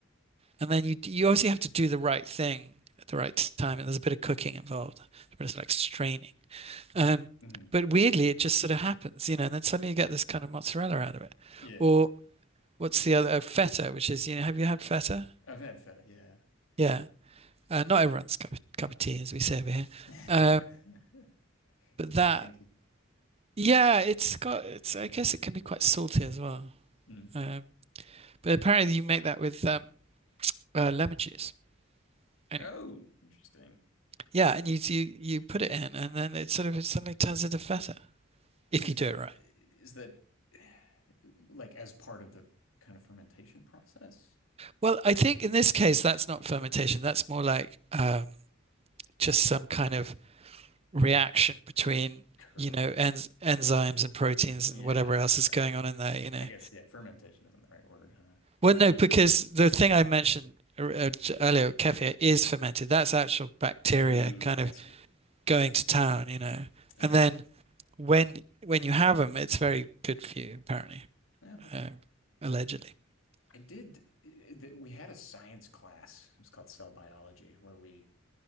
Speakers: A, on the right; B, on the left.
A: And then you you obviously have to do the right thing at the right time and there's a bit of cooking involved. But it's like straining. Um
B: Mm,
A: but weirdly it just sort of happens, you know, and then suddenly you get this kind of mozzarella out of it.
B: yeah,
A: Or what's the other uh, feta, which is, you know, have you had feta?
B: I've had feta, yeah.
A: Yeah. Uh, not everyone's cup of, cup of tea as we say over here.
B: <laughs>
A: Um
B: It's
A: but
B: kind
A: that
B: of stinky.
A: yeah, it's got it's I guess it can be quite salty as well.
B: Mm.
A: Um But apparently you make that with um, uh, lemon juice. Anyway,
B: Oh, interesting.
A: yeah, and you, you you put it in, and then it sort of it suddenly turns into feta if
B: Is
A: you
B: that
A: do it right.
B: is that <sighs> eh, like as part of the kind of fermentation process?
A: Well, I think in this case that's not fermentation. That's more like um, just some kind of reaction between
B: Curdling.
A: you know enz
B: <laughs>
A: enzymes and proteins
B: Yeah,
A: and whatever else
B: right.
A: is going on in there. You know,
B: I guess yeah, fermentation isn't the right word, huh?
A: well,
B: Um,
A: no, because the thing I mentioned er- er- earlier, kefir, is fermented. That's actual bacteria
B: oh,
A: kind
B: I
A: of
B: see.
A: going to town. You know,
B: Yeah.
A: and then when when you have them, it's very good for you, apparently,
B: Yeah, okay.
A: um, allegedly. <laughs>
B: I did eh, that we had a science class. It was called cell biology where we